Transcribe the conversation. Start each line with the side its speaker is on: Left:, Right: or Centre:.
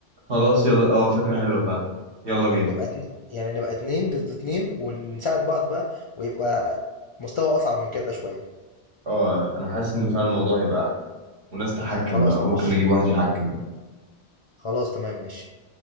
Right: خلاص يلا اه فكرة حلوة فعلا يلا بينا
Left: نبقى اتن... يعني نبقى اتنين ضد اتنين ونساعد بعض بقى ويبقى مستوى أصعب من كده شوية
Right: اه انا حاسس ان فعلا الموضوع هيبقى احلى وناس تحكم
Left: خلاص
Right: بقى وممكن
Left: ماشي
Right: نجيب واحد يحكم بقى
Left: خلاص تمام ماشي